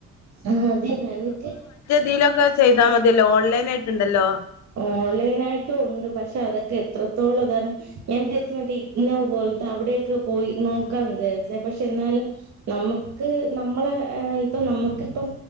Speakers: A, on the right; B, on the left.
A: ആഹ് അതന്നെ എന്നിട്ട്
B: തിയിലൊക്കെ ചെയ്താൽ മതിയല്ലോ ഓൺലൈൻ ആയിട്ടുണ്ടല്ലോ
A: ഓൺലൈനായിട്ടും ഉണ്ട് പക്ഷെ അതൊക്കെ എത്രത്തോളം ഇതാണ് ഞാൻ വിചാരിച്ച മറ്റേ ഇഗ്നോ പോലത്തെ അവിടെക്കെ പോയി നോക്കാ വിചാരിച്ച പക്ഷെ എന്നാലും നമുക്ക് നമ്മളെ ഇപ്പ നമക്ക് ഇപ്പം